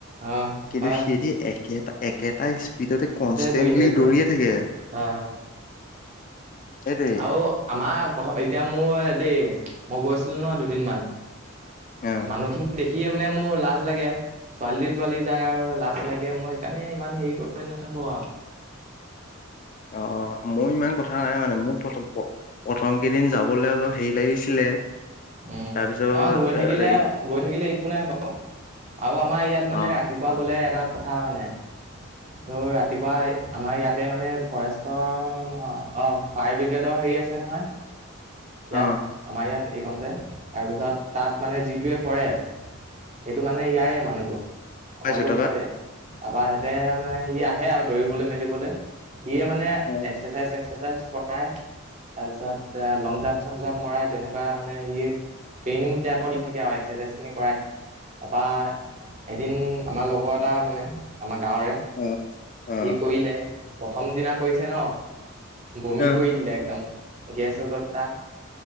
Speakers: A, on the right (about 35°); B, on the left (about 40°).
A: অ
B: কিন্তু
A: হয়
B: সেই দি একেটা একেটাই ইচ স্পীডতে কনষ্টেন্টলি
A: দৌৰি থাকে পুৰা।
B: দৌৰিয়ে থাকে।
A: অ'
B: সেইটোৱে
A: আৰু আমাৰ প্ৰথম এতিয়া মোৰ দেই, মই গৈছিলো ন দুদিনমান।
B: অ
A: মানুহখিনি দেখিয়ে মানে মোৰ লাজ লাগে, ছোৱালী তোৱালী যায় আৰু লাজ লাগে মই সেইকাৰণে ইমান হেৰি কৰি নাথাকো আৰু।
B: অ', অ' মোৰ ইমান কথা নাই মানে মোৰ ফতক প্ৰথম কেইদিন যাবলৈ অলপ হেৰি লাগিছিলে
A: উম,
B: তাৰপিছত
A: নহয় গৈ থাকিলে
B: এ-
A: গৈ থাকিলে একো নাই বাৰু আৰু আমাৰ ইয়াত
B: অ
A: মানে ৰাতি ৰাতিপুৱা গ'লে এটা কথা মানে তোৰ ৰাতিপুৱা আমাৰ ইয়াতে মানে ফৰেষ্টৰ নহয় অ' ফায়াৰ ব্ৰিগেডৰ হেৰি আছে নহয়। ইয়াত
B: অ
A: আমাৰ ইয়াত। এইকনতে‌ তাৰপিছত তাত মানে যিটোৱে কৰে সেইটো মানে ইয়াৰে মানুহটো
B: পাইছো
A: ঘৰটোৰ
B: তাৰপা
A: ওচৰতে। তাৰপা সিহতে মানে সি আহে আৰু দৌৰিবলৈ মেলিবলৈ। সিয়ে মানে
B: অ
A: এক্সাৰচাইজ চ্চাইজ কৰ কৰাই, তাৰপিছত লং জাপ চং জাপ মৰাই তেনেকুৱা। তাৰ মানে সি ট্ৰেইনিং টাইপৰ দি থাকে আৰু এক্সাৰচাইজ খিনি কৰা। তাৰপৰা এদিন আমাৰ লগৰ এটা মানে আমাৰ গাঁওৰে।
B: অ
A: সি
B: অ
A: কৰিলে প্ৰথম দিনা কৰিছে ন। বমি
B: অ
A: কৰিদিলে একদম গেছ হৈ গলা তাৰ।